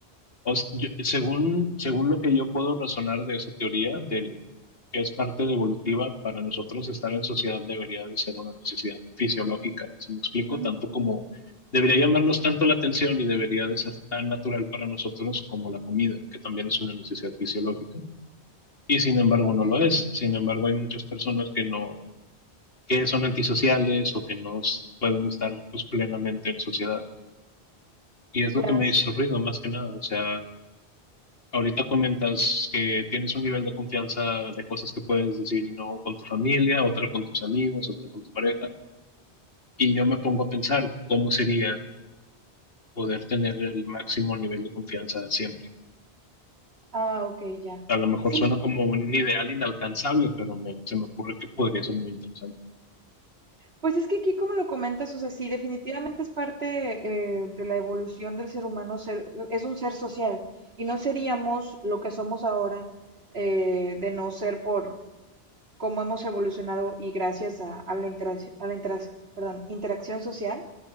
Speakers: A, on the left; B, on the right.
A: o s- yo- según, según lo que yo puedo razonar de esa teoría, del que es parte de evolutiva, para nosotros estar en sociedad debería de ser una necesidad fisiológica. Si me explico?
B: ujú.
A: Tanto como debería llamarnos tanto la atención y debería de ser tan natural para nosotros como la comida, que también es una necesidad fisiológica. Y sin embargo
B: ok.
A: no lo es. Sin embargo, hay muchas personas que no que son antisociales o que no pueden estar pues, plenamente en sociedad. Y es
B: Ya,
A: lo que me
B: sí.
A: hizo ruido más que nada. O sea, ahorita comentas que tienes un nivel de confianza de cosas que puedes decir y no con tu familia, otra con tus amigos, otra con tu pareja. Y yo me pongo a pensar cómo sería poder tener el máximo nivel de confianza siempre.
B: Ah, ok, ya.
A: A lo mejor
B: Sí,
A: suena como un ideal inalcanzable, pero me, se me ocurre que podría ser muy interesante.
B: Pues es que aquí, como lo comentas, o sea, sí, definitivamente es parte eh, de la evolución del ser humano, ser- es un ser social y no seríamos lo que somos ahora eh, de no ser por cómo hemos evolucionado y gracias a, a la, interac- a la interac- perdón, interacción social.